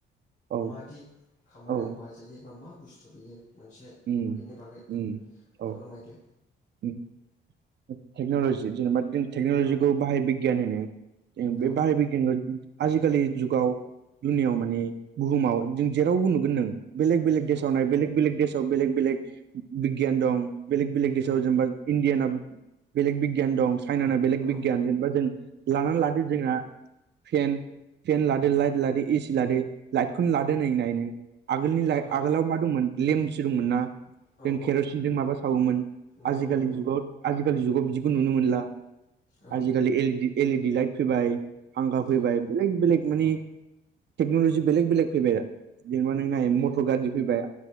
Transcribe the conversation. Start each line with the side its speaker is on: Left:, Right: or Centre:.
Right: औ
Left: मादि खामानियाव
Right: औ
Left: बाहाय जायो एबा मा बुस्थु बियो मोनसे
Right: उम
Left: बेनि बागै
Right: उम औ
Left: फोरमायदो
Right: उम <inaudible> टेक्न'लजि जेनेबा जों टेक्न'लजिखौ
Left: औ
Right: बाहाय बिगियान होनो बे
Left: औ
Right: बाहाय जो आजिखालि जुगाव दुनियाव माने बुहुमाव जों जेरावबो नुगोन नों बेलेग बेलेग
Left: औ
Right: देशाव नाय बेलेग बेलेग देशाव बेलेग बेलेग बिगियान दं बेलेग बेलेग
Left: औ
Right: देशाव जेनबा इण्डियानाव बेलेग बिगियान दं चाइनाना बेलेग
Left: औ
Right: बिगियान जेनेबा जों लानानै लादो जोंना फेन फेन लादो लाइट लादो एसि लादो लाइटखौनो लादो नै नाय नों आगोलनि लाइ
Left: औ
Right: आगोलाव मा दंमोन लेम्पसो दंमोन ना
Left: औ
Right: जों
Left: औ
Right: केर'सिनजों माबा सावोमोन
Left: नंगौ
Right: आजिखालिनि
Left: नंगौ
Right: जुगाव आजिखालि जुगाव बिदिखौ नुनो मोनला
Left: औ
Right: आजिखालि L E D L E D light फैबाय फांखा
Left: औ
Right: फैबाय बेलेग बेलेग मानि
Left: औ
Right: टेक्नलजि बेलेग बेलेग फैबाय आरो जेनबा नों नै नाय
Left: औ
Right: मटर गारि फैबाय